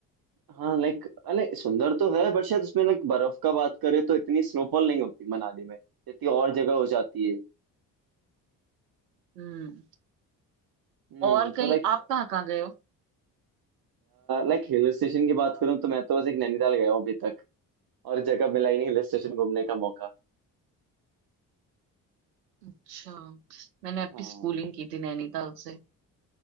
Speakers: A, on the right (about 50°); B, on the right (about 85°).
A: हाँ लाइक अरे सुंदर तो है बट शायद उसमें लाइक बर्फ का बात करें तो इतनी स्नोफॉल नहीं होती मनाली में जितनी और जगह हो जाती है
B: हम्म
A: हम्म
B: और
A: तो
B: कहीं
A: लाइक
B: आप कहाँ कहाँ गए हो
A: लाइक हिल स्टेशन की बात करूँ तो मैं तो बस एक नैनीताल गया हूँ अभी तक और जगह मिला ही नहीं हिल स्टेशन घूमने का मौका
B: अच्छा मैंने अपनी
A: हाँ
B: स्कूलिंग की थी नैनीताल से